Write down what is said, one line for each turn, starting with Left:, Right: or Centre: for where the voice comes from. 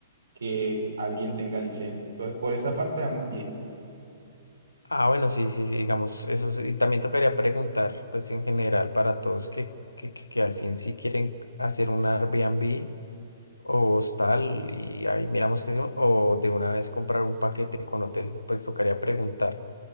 Right: que alguien tenga licencia. Entonces, por esa parte vamos bien.
Left: Ah, bueno, sí, sí, sí, digamos, eso sí. Y también tocaría preguntar, pues en general, para todos que, que, que al fin si quieren hacer un Airbnb o hostal y ahí miramos qué hacemos, o de una vez comprar un paquete con hotel, pues tocaría preguntar.